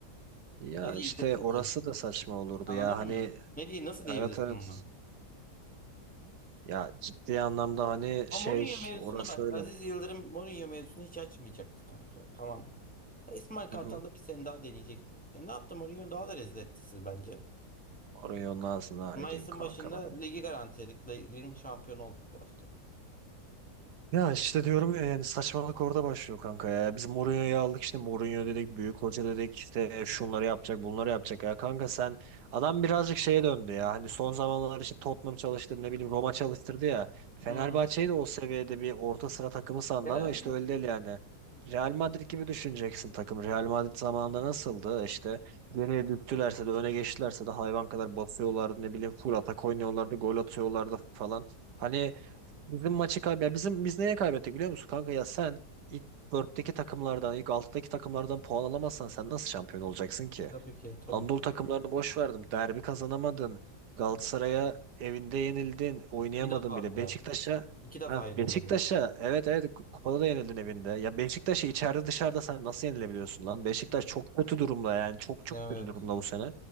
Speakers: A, on the right; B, in the centre.
A: Ya
B: Ne diyebilirsin
A: işte orası
B: ki?
A: da saçma olurdu
B: Anladın
A: ya. Hani
B: mı? Ne diye nasıl diyebilirsin
A: evet evet.
B: ona?
A: Ya ciddi anlamda hani
B: Ama
A: şey
B: Mourinho mevzusunu
A: orası
B: bak
A: öyle.
B: Aziz Yıldırım Mourinho mevzusunu hiç açmayacaktı kanka. Tamam mı? Ya İsmail Kartal'da
A: Hı hı.
B: bir sene daha deneyecektin. E ne yaptı Mourinho daha da rezil etti siz bence.
A: Orayı onun ağzına
B: Mayıs'ın
A: edeyim kanka
B: başında
A: ben.
B: ligi garantiledik. Ligin şampiyonu olduk bu hafta.
A: Ya işte diyorum ya yani saçmalık orada başlıyor kanka ya. Biz Mourinho'yu aldık işte Mourinho dedik, büyük hoca dedik işte şunları yapacak, bunları yapacak ya. Kanka sen adam birazcık şeye döndü ya. Hani son zamanlar işte Tottenham çalıştı ne bileyim Roma çalıştırdı ya. Fenerbahçe'yi
B: Hmm.
A: de o seviyede bir orta sıra takımı sandı
B: E, ama
A: ama işte öyle değil yani. Real Madrid gibi düşüneceksin takım. Real Madrid zamanında nasıldı? İşte geriye düştülerse de öne geçtilerse de hayvan kadar basıyorlardı ne bileyim full atak oynuyorlardı, gol atıyorlardı falan. Hani Bizim maçı kaybı bizim biz neye kaybettik biliyor musun kanka ya sen ilk dörtteki takımlardan ilk altıdaki takımlardan puan alamazsan sen nasıl şampiyon olacaksın ki?
B: tabii ki tabii
A: Anadolu
B: ki.
A: takımlarını boş verdim. Derbi kazanamadın. Galatasaray'a evinde yenildin. Oynayamadın
B: İki defa
A: bile.
B: bir daha.
A: Beşiktaş'a
B: İki defa
A: ha,
B: yenildi.
A: Beşiktaş'a evet evet kupada da yenildin evinde. Ya Beşiktaş'a içeride dışarıda sen nasıl yenilebiliyorsun lan? Beşiktaş çok kötü durumda yani çok çok
B: Evet.
A: kötü durumda bu sene.